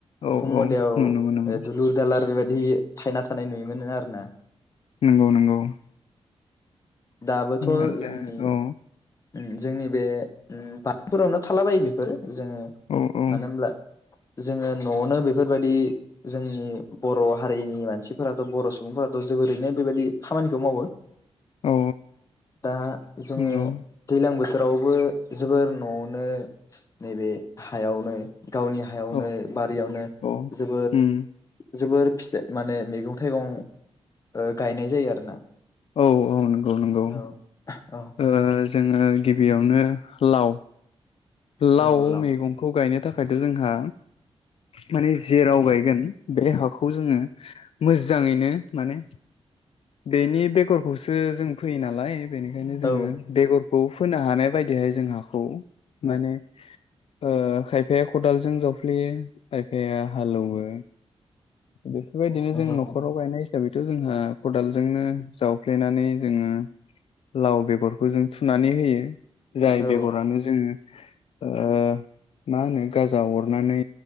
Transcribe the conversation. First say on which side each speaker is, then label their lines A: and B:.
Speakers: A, on the left; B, on the left.
A: औ
B: उखुम
A: औ
B: मुदायाव
A: नुनो
B: ओ
A: मोनोमोन
B: दुलुर दालार बेबायदि थायना थानाय नुयोमोन आरो ना
A: नंगौ नंगौ
B: दाबोथ'
A: ओ
B: जोंनि
A: दा औ
B: उम जोंनि बे उम बा <unintelligible> फोरावनो थालाबायो बेफोर जोङो
A: औ औ
B: मानो होमब्ला जोङो न'आवनो बेफोरबायदि जोंनि बर' हारिनि मानसिफोराथ' बर' सुबुंफोराथ' जोबोरैनो बेबायदि खामानिखौ मावो।
A: औ
B: दा जोङो
A: नंगौ
B: ज्लां बोथोरावबो जोबोर न'आवनो नैबे हायावनो गावनि हायावनो
A: औ
B: बारियावनो
A: औ
B: जोबोद
A: उम
B: जोबोर फिथआ माने मैगं थाइगं ओ गायनाय जायो आरोना
A: औ औ नंगौ नंगौ
B: औ औ
A: ओ जोङो गिबियावनो लाव लाव
B: औ औ
A: मैगंखौ गायनो थाखायथ' जोंहा माने जेेराव गायगोन बे हाखौ जोङो मोजाङैनो माने बेनि बेगरखौसो जों फैयो नालाय बेनिखायनो जोङो
B: औ
A: बेगरखौ फोनो हानाय बायदिहाय जों हाखौ माने ओ खायफाया खदालजों जावफ्लेयो। खायफाया हालौवो। बेफोरबायदिनो
B: नंगौ
A: जों न'खराव
B: नंगौ
A: गायनाय हिसाबैथ' जोंहा खदालजोंनो जाव फ्लेनानै जोङो लाव बेगरखौ जों थुनानै होयो। जाय
B: औ
A: बेगरानो जोङो ओ मा होनो गाजा अरनानै